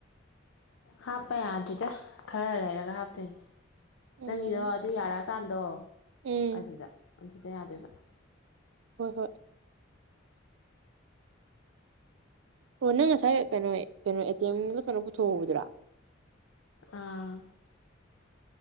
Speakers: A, on the left (about 80°); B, on the right (about 65°).
A: ꯍꯥꯞꯄ ꯌꯥꯗ꯭ꯔꯤꯗ ꯈꯔ ꯂꯩꯔꯒ ꯍꯥꯞꯇꯣꯏꯅꯦ
B: ꯎꯝ
A: ꯅꯪꯒꯤꯗꯣ ꯑꯗꯨ ꯌꯥꯔꯛꯑꯀꯥꯟꯗꯣ
B: ꯎꯝ
A: ꯑꯗꯨꯗ ꯑꯗꯨꯗ ꯌꯥꯗꯣꯏꯕ
B: ꯍꯣꯏ ꯍꯣꯏ ꯑꯣ ꯅꯪ ꯉꯁꯥꯏ ꯀꯩꯅꯣ ꯀꯩꯅꯣ ꯑꯦ ꯇꯤ ꯑꯦꯝ ꯂꯥ ꯀꯩꯅꯣ ꯄꯨꯊꯣꯛꯍꯧꯕꯗꯨꯔꯥ
A: ꯑꯥ